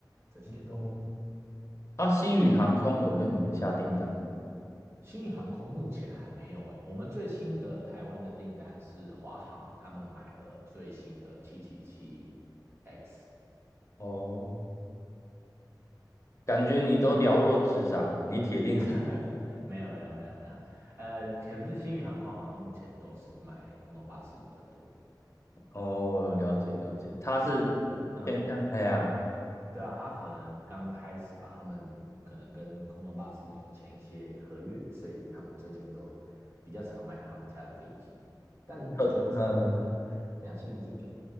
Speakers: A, on the right (about 35°); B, on the left (about 40°).
A: 这些都有。
B: 哦啊，星宇航空有跟你们下订单吗？
A: 新宇航空目前还没有哎、我们最新的台湾的订单是华航，他们买了最新的七七七 x
B: 哦，感觉你都了若指掌，你铁定是
A: <laughs> 没有没有没有没有，呃，可是新宇航空好像目前都是买空中巴士比较多。
B: 哦，了解了解，他是
A: 那嗯、呃
B: 偏向哎呀，
A: 对啊，他可能刚开始吧，他们可能跟空中巴士有签一些合约，所以他们最近都比较常买他们家的飞机，但我觉得不错，
B: 可嗯，
A: <laughs> 良性竞争。